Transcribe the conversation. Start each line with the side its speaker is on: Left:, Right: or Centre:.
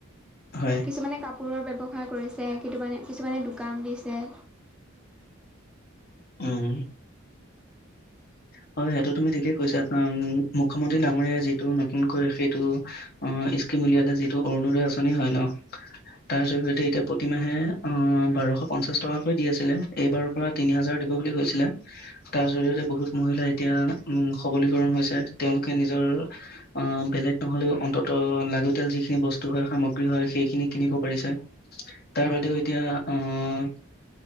Left: হয়।
Centre: কিছুমানে কাপোৰৰ ব্যৱসায় কৰিছে, কিটোমানে কিছুমানে দোকান দিছে।
Left: উম হয় সেইটো তুমি ঠিকেই কৈছা, অম মুখ্যমন্ত্ৰী ডাঙৰীয়া যিটো নতুনকৈ সেইটো অ ইস্কিম উলিয়ালে যিটো অৰুণোদয় আঁচনি হয় ন তাৰ জৰিয়তে, এতিয়া প্ৰতিমাহে, অ' বাৰশ-পঞ্চাশ টকাকৈ দি আছিলে। এইবাৰ পূৰা তিনি হাজাৰ দিব বুলি কৈছিলে। তাৰ জৰিয়তে বহুত মহিলা এতিয়া উম সবলীকৰণ হৈছে, তেওঁলোকে নিজৰ অ'! বেলেগ নহ'লেও অন্তত, লাগতিয়াল যিখিনি বস্তু হয়, সামগ্ৰী হয়, সেইখিনি কিনিব পাৰিছে। তাৰ বাদেও এতিয়া আহ